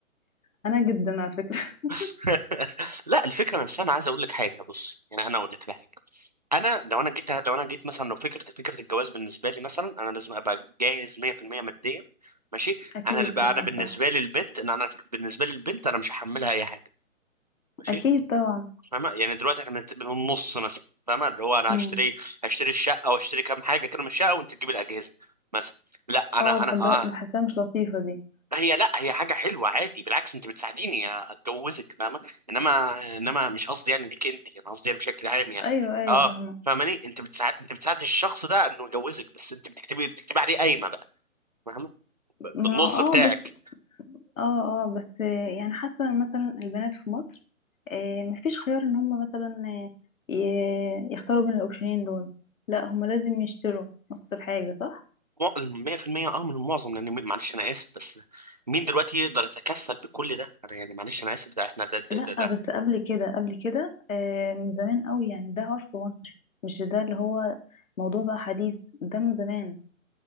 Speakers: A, on the left; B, on the right.
A: انا جدا على فكرة <laughs>
B: <laughs> لا الفكره نفسها انا عايز اقول لك حاجه بص يعني انا اقول لك على حاجه انا لو انا جيت لو انا جيت مثلا لو فكره فكره الجواز بالنسبه لي مثلا انا لازم ابقى جاهز 100% ماديا ماشي
A: اكيد
B: انا اللي بقى-
A: طبعا
B: انا بالنسبه
A: صح
B: لي البنت ان انا بالنسبه لي البنت انا مش هحملها اي حاجه ماشي
A: اكيد طبعا
B: فاهمة يعني دلوقتي احنا بالنص مثلا فاهمة اللي هو انا
A: امم
B: هشتري هشتري الشقة واشتري كام حاجة كده من الشقة وانت تجيب الأجهزة مثلا لا انا
A: اه بحب
B: انا اه
A: بحسها مش لطيفة دي
B: هي لا هي حاجة حلوة عادي بالعكس انت بتساعديني اتجوزك فاهمة انما انما مش قصدي يعني ليك انت انا قصدي يعني بشكل عام يعني
A: ايوه ايوه
B: اه
A: فاهمة
B: فاهماني انت بتساعد انت بتساعد الشخص ده انه يجوزك بس انت بتكتبي بتكتبي عليه قايمة بقى فاهمة
A: ما
B: بالنص
A: اه
B: بتاعك
A: بس اه اه بس يعني حاسه إن مثلا البنات في مصر آه، مفيش خيار ان هم مثلا آه، ي- يختاروا بين الاوبشنين دول لا هم لازم يشتروا نص الحاجه صح
B: مو- 100% اه من المعظم لان م- معلش انا اسف بس مين دلوقتي يقدر يتكفل بكل ده انا يعني معلش انا اسف ده احنا ده ده
A: لا
B: ده لا
A: بس قبل كده قبل كده آه، من زمان قوي يعني ده عرف مصر مش ده اللي هو موضوع بقى حديث ده من زمان